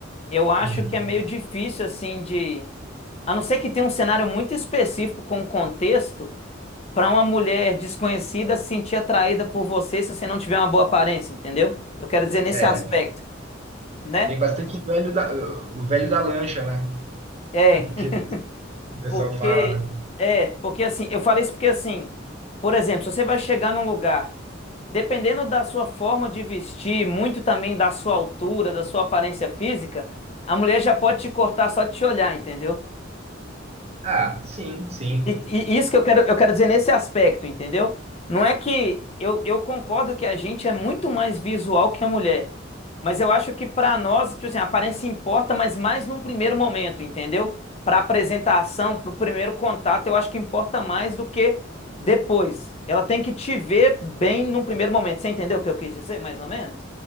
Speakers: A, on the left (about 30°); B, on the right (about 35°).
A: Eu acho
B: Hum.
A: que é meio difícil assim de, a não ser que tenha um cenário muito específico com contexto, Para uma mulher desconhecida se sentir atraída por você se você não tiver uma boa aparência, entendeu? Eu quero dizer nesse
B: É,
A: aspecto, né?
B: tem bastante o velho da o velho da lancha, né? <laughs>
A: É,
B: Que o
A: <laughs>
B: pessoal
A: porque
B: fala, né?
A: é, porque assim, eu falei isso porque assim, por exemplo, se você vai chegar num lugar, dependendo da sua forma de vestir, muito também da sua altura, da sua aparência física, a mulher já pode te cortar só de te olhar, entendeu?
B: Ah, sim, sim.
A: E, e isso que eu quero, eu quero dizer nesse aspecto, entendeu? Não é que eu, eu concordo que a gente é muito mais visual que a mulher, mas eu acho que pra nós, tipo assim, a aparência importa, mas mais num primeiro momento, entendeu? Pra apresentação, pro primeiro contato, eu acho que importa mais do que depois. Ela tem que te ver bem num primeiro momento. Você entendeu o que eu quis dizer, mais ou menos?